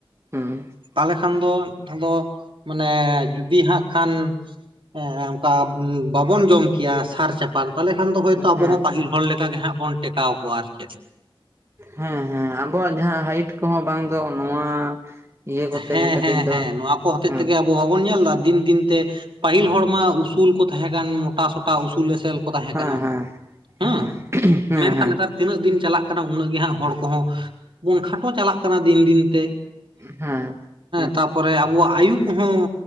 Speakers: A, on the right; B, on the right.
A: ᱦᱩᱸ ᱾
B: ᱛᱟᱦᱚᱞᱮ ᱠᱷᱟᱱ ᱫᱚ ᱟᱫᱚ ᱢᱟᱱᱮ ᱡᱩᱫᱤ ᱦᱟᱸᱜ ᱠᱷᱟᱱ ᱦᱮᱸ ᱚᱱᱠᱟ ᱵᱟᱵᱚᱱ ᱡᱚᱢ ᱠᱮᱭᱟ ᱥᱟᱨ ᱪᱟᱯᱟᱱ ᱾ ᱛᱟᱦᱚᱞᱮ ᱠᱷᱟᱱ ᱫᱚ ᱦᱚᱭ
A: ᱦᱮᱸ
B: ᱛᱚ ᱟᱵᱚ ᱦᱚᱸ ᱯᱟᱹᱦᱤᱞ ᱦᱚᱲ ᱞᱮᱠᱟᱜᱮ ᱦᱟᱸᱜ ᱵᱚᱱ ᱴᱮᱠᱟᱣ ᱠᱚᱣᱟ ᱟᱨ ᱪᱮᱫ ᱾
A: ᱦᱮᱸ ᱦᱮᱸ ᱟᱵᱚᱣᱟᱜ ᱡᱟᱦᱟᱸ ᱦᱟᱭᱤᱴ ᱠᱚᱦᱚᱸ ᱵᱟᱝ ᱫᱚ ᱱᱚᱣᱟ ᱤᱭᱟᱹ ᱠᱚᱛᱮ
B: ᱦᱮᱸ
A: ᱜᱮ ᱠᱟᱹᱴᱤᱡ
B: ᱦᱮᱸ
A: ᱫᱚ
B: ᱦᱮᱸ ᱱᱚᱶᱟ ᱠᱚ ᱦᱚᱛᱮᱡ
A: ᱦᱮᱸ
B: ᱛᱮᱜᱮ ᱟᱵᱚ ᱵᱟᱵᱚᱱ ᱧᱮᱞ ᱮᱫᱟ ᱫᱤᱱ ᱫᱤᱱ ᱛᱮ ᱯᱟᱹᱦᱤᱞ ᱦᱚᱲ ᱢᱟ ᱩᱥᱩᱞ ᱠᱚ ᱛᱟᱦᱮᱸ ᱠᱟᱱ ᱢᱚᱴᱟ-ᱥᱚᱴᱟ ᱩᱥᱩᱞ-ᱮᱥᱮᱞ ᱛᱟᱦᱮᱸ
A: ᱦᱮᱸ
B: ᱠᱟᱱᱟ
A: ᱦᱮᱸ
B: ᱾ ᱦᱩᱸ
A: ᱦᱮᱸ ᱦᱮᱸ ᱦᱮᱸ
B: ᱢᱮᱱᱠᱷᱟᱱ
A: ᱦᱮᱸ
B: ᱱᱮᱛᱟᱨ ᱛᱤᱱᱟᱹᱜ ᱫᱤᱱ ᱪᱟᱞᱟᱜ ᱠᱟᱱᱟ ᱩᱱᱟᱹᱜ ᱜᱮ ᱦᱟᱸᱜ ᱦᱚᱲ ᱠᱚᱦᱚᱸ ᱵᱚᱱ ᱠᱷᱟᱴᱚ ᱪᱟᱞᱟᱜ ᱠᱟᱱᱟ ᱫᱤᱱ ᱫᱤᱱ ᱛᱮ ᱾
A: ᱦᱮᱸ ᱾
B: ᱛᱟᱯᱚᱨᱮ ᱟᱵᱚᱣᱟᱜ ᱟᱭᱩ ᱠᱚᱦᱚᱸ